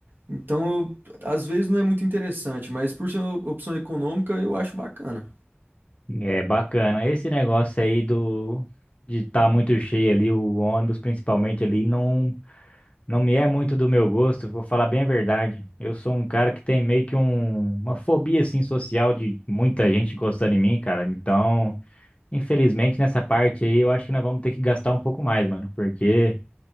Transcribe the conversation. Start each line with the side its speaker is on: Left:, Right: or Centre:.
Right: Então, eu- às vezes não é muito interessante, mas por ser uma opção econômica, eu acho bacana.
Left: É bacana. Esse negócio aí do de estar tá muito cheio ali, o ônibus principalmente ali, não. Não me é muito do meu gosto, vou falar bem a verdade. Eu sou um cara que tem meio que um- uma fobia assim social de muita gente gostando de mim, cara. Então, infelizmente nessa parte aí, eu acho que nós vamos ter que gastar um pouco mais, mano, porque